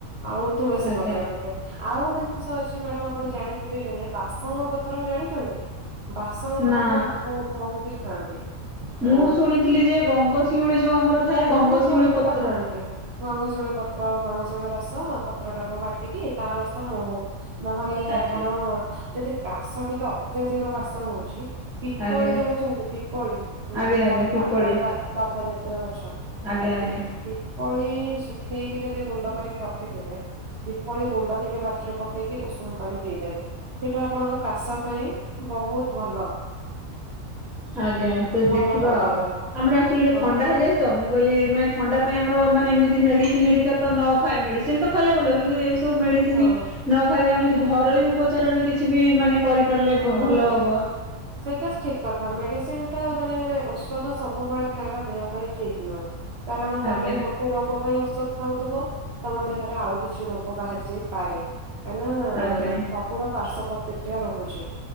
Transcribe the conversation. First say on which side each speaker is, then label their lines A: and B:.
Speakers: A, on the right (about 65°); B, in the centre.
A: ଆଉ ତୁଳସୀ
B: ଆଜ୍ଞା
A: ପତ୍ର ଟିକେ। ଆଉ ଗୋଟେ ଜିନିଷ ଅଛି ମ୍ୟାଡାମ ଆପଣ ଜାଣିଥିବେ କି ନାଇଁ ବାସଙ୍ଗ ପତ୍ର ଜାଣିଛନ୍ତି। ବାସଙ୍ଗ
B: ନା
A: ପତ୍ର ମୋହୁ ମୋହୁ ବି ଥାଆନ୍ତି
B: ମୁଁ
A: ଅ।
B: ଶୁଣିଥିଲି ଯେ ଗଙ୍ଗଶିଉଳି ଯୋଉ ଆମର ଥାଏ
A: ଗଙ୍ଗଚଉଳି
B: ଗଙ୍ଗଶିଉଳି
A: ବି
B: ପତ୍ରଟା
A: ତ ଖାଆନ୍ତି ଗଙ୍ଗଶିଉଳି ପତ୍ର ଗଙ୍ଗଶିଉଳି ରସ। ପତ୍ର ଟାକୁ ବା। ଟିକି ତା ରସ ମହୁ ନହେଲେ
B: ଆଜ୍ଞା
A: ଆପଣ। ଯଦି କାଶ ଟିକେ ଅତ୍ୟଧିକ କାଶ ହଉଛି। ପିପଳି
B: ଆଜ୍ଞା
A: ଜାଣିଛନ୍ତି ପିପଳି ମାନେ
B: ଆଜ୍ଞା ଆଜ୍ଞା
A: ଲଫା
B: ପିପଳି
A: ଲ। ବାପା ଜାତୀୟ ଗଛ
B: ଆଜ୍ଞା
A: ତ
B: ଆଜ୍ଞା
A: ପିପଳି ଶୁଖେଇକି ଯଦି ଗୁଣ୍ଡ କରିକି ର ରଖିଥିବେ ବିପଳି ଗୁଣ୍ଡ ଟିକେ ପାଟିରେ ପକେଇକି ଉଷୁମ ପାଣି ପିଇଦେବେ ସେଇଟା ଆପଣଙ୍କ କାଶ ପାଇଁ ବହୁତ ଭଲ।
B: ଆଜ୍ଞା ତ
A: ଭଲ
B: ଦେଖିବା
A: କାମ
B: ଆଉ।
A: କରିବ।
B: ଆମର ଆଚ୍ୱେଲି
A: ହଁ
B: ଥଣ୍ଡା ହେଇଯାଛି ତ ମୁଁ କହିଲି ଥଣ୍ଡା। ଆମର ମାନେ ଏମତି ମେଡିସିନ ହେରିକା ନ ମେଡିସିନ ତ ଖାଇଲେ ଭଲ କିନ୍ତୁ ମେଡିସିନ
A: ହଁ
B: ନ ଖାଇକି ଆମେ ଯଦି ଘରୋଇ ଉପଚାରରେ କିଛି ବି ମାନେ କରିପାରିଲେ
A: ହଁ
B: ଭଲ ହବ
A: ସେଇଟା ଠିକ କଥା। ମେ <inaudible> ଟା ମାନେ ଔଷଧ ସବୁବେଳେ ଖାଇବା ଦେହ ପାଇଁ ଠିକ ନୁହେଁ। କାରଣ ତମେ
B: ଆଜ୍ଞା
A: ଗୋଟେ ରୋଗ ପାଇଁ ଔଷଧ ଖାଉଥିବ ତମ ଦେଖରେ ଆଉ କିଛି ରୋଗ ଗ ବାହାରଚି ଯାଇ ପାରେ କାହିଁକିନା
B: ଆଜ୍ଞା
A: ସବୁର ପାର୍ଶ୍ୱ ପ୍ରତି ସେଇୟା ରୋହୁ ଚି।